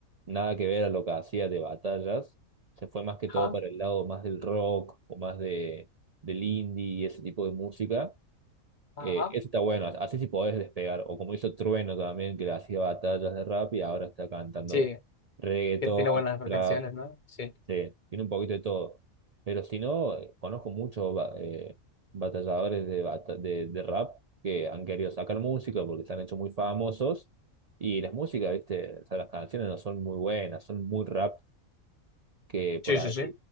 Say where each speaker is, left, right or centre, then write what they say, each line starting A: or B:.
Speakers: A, on the right; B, on the left.
A: nada que ver a lo que hacía de batallas. Se fue más que todo
B: Ajá,
A: para el lado más del rock o más de, del indie y ese tipo de música.
B: ajá.
A: Eh, eso está bueno, así sí podés despegar. O como hizo Trueno también, que hacía batallas de rap y ahora está cantando
B: Sí,
A: reggaetón,
B: Que tiene buenas
A: trap.
B: canciones, ¿no? Sí.
A: Sí, tiene un poquito de todo. Pero si no, eh, conozco muchos ba- eh, batalladores de, bata- de, de rap que han querido sacar música porque se han hecho muy famosos. Y las músicas, ¿viste? O sea, las canciones no son muy buenas, son muy rap que por
B: Sí,
A: ahí
B: sí, sí.